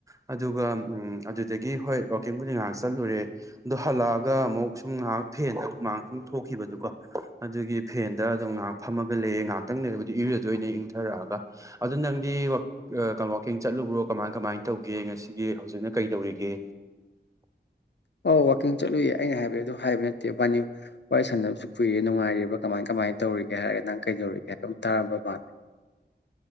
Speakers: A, on the right; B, on the left.
A: ꯑꯗꯨꯒ ꯎ ꯑꯗꯨꯗꯒꯤ ꯍꯣꯏ ꯋꯥꯛꯀꯤꯡꯕꯨꯗꯤ ꯉꯥꯏꯍꯥꯛ ꯆꯠꯂꯨꯔꯦ ꯑꯗꯨ ꯍꯜꯂꯛꯑꯒ ꯑꯃꯨꯛ ꯁꯨꯝ ꯉꯥꯏꯍꯥꯛ ꯐꯦꯟꯗ ꯍꯃꯥꯡ ꯁꯨꯝ ꯊꯣꯛꯈꯤꯕꯗꯨꯀꯣ ꯑꯗꯨꯒꯤ ꯐꯦꯟꯗ ꯑꯗꯨꯝ ꯉꯥꯏꯍꯥꯛ ꯐꯝꯃꯒ ꯂꯩꯌꯦꯦ ꯉꯥꯏꯍꯥꯛꯇꯪ ꯂꯩꯔꯕꯗꯤ ꯏꯔꯗꯣꯏꯅꯦ ꯏꯪꯊꯔꯛꯑꯒ ꯑꯗꯨ ꯅꯪꯗꯤ ꯀꯋꯥꯛꯀꯤꯡ ꯆꯠꯂꯨꯕ꯭ꯔꯣ ꯀꯃꯥꯏ ꯀꯃꯥꯏꯅ ꯇꯧꯒꯦ ꯉꯁꯤꯒꯤ ꯍꯧꯖꯤꯛꯅ ꯀꯩ ꯇꯧꯔꯤꯒꯦ
B: ꯑꯧ ꯋꯥꯋꯥꯛꯀꯤꯡ ꯆꯠꯂꯨꯏ ꯑꯩꯅ ꯍꯥꯏꯕꯏ ꯑꯗꯨ ꯍꯥꯏꯕ ꯅꯠꯇꯦ <unintelligible> ꯋꯥꯔꯤ ꯁꯥꯟꯅꯕꯁꯨ ꯀꯨꯏꯔꯦ ꯉꯥꯏꯔꯤꯕ ꯀꯃꯥꯏ ꯀꯃꯥꯏꯅ ꯇꯧꯔꯤꯒꯦ ꯍꯥꯏꯔꯒ ꯅꯪ ꯀꯩꯗꯧꯔꯤꯒꯦ ꯍꯥꯏꯕꯝ ꯇꯥꯕ ꯃꯥꯥꯟ